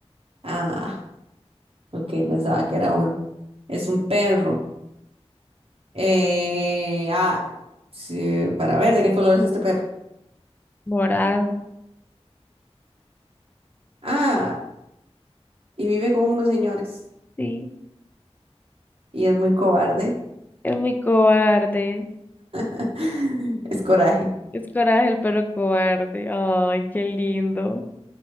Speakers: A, on the right; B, on the left.
A: Ah, ok, pensaba que era uno. Es un perro. Eh, ah, sí, para ver de qué color es este perro.
B: Morado.
A: Ah, y vive con unos señores.
B: Sí.
A: Y es muy cobarde.
B: Es muy cobarde.
A: <laughs> Es coraje.
B: Es Coraje el perro cobarde. Ay, qué lindo.